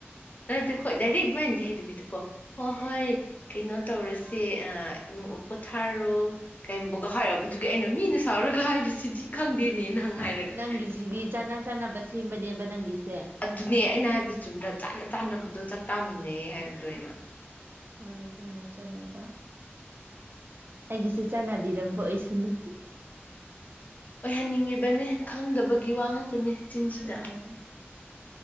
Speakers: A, on the left; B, on the right.
A: ꯅꯠꯇꯦ ꯍꯣꯏ ꯗꯥꯏꯔꯦꯛ ꯑꯗꯨꯃꯥꯏꯅꯗꯤ ꯍꯥꯏꯗꯕꯤꯗꯤꯀꯣ ꯍ ꯍꯣꯏ
B: ꯎꯝ
A: ꯀꯩꯅ ꯇꯧꯔꯁꯦ ꯅꯣꯡꯃ ꯄꯣꯊꯥꯔꯣ ꯀꯩꯒꯨꯝꯕꯒ ꯍꯥꯏꯔꯛ ꯑꯗꯨꯒꯤ ꯑꯩꯅ ꯃꯤꯅ ꯁꯥꯎꯔꯒ ꯍꯥꯏꯕꯁꯤꯗꯤ ꯈꯪꯗꯦꯅꯦ
B: ꯎꯝ
A: ꯍꯪ ꯍꯥꯏꯔꯒ
B: ꯅꯪꯒꯤꯁꯤꯗꯤ ꯆꯥꯟꯅ ꯆꯥꯟꯅꯕ ꯁꯦꯝꯕꯅꯦꯕ ꯅꯪꯒꯤꯁꯦ
A: ꯑꯗꯨꯅꯦ ꯑꯩꯅ ꯍꯥꯏꯕꯗ ꯆꯨꯝꯗ꯭ꯔ ꯆꯥꯟꯅ ꯆꯥꯅꯕꯗꯣ ꯆꯥꯛꯇꯥꯃꯤꯟꯅꯩ ꯍꯥꯏꯕꯗꯣ ꯑ ꯑꯣꯏꯅ
B: ꯍꯣꯏꯖꯖꯕ ꯑꯩꯒꯤꯁꯨ ꯆꯥꯟꯅꯕꯤꯔꯝꯕ ꯑꯣꯏꯁꯅꯨ
A: ꯑꯣꯏꯍꯟꯅꯤꯡꯉꯤꯕꯅꯤ ꯈꯪꯗꯕꯒꯤ ꯋꯥ ꯉꯥꯛꯇꯅꯦ ꯆꯤꯡꯁꯤꯗ
B: ꯍꯣꯏ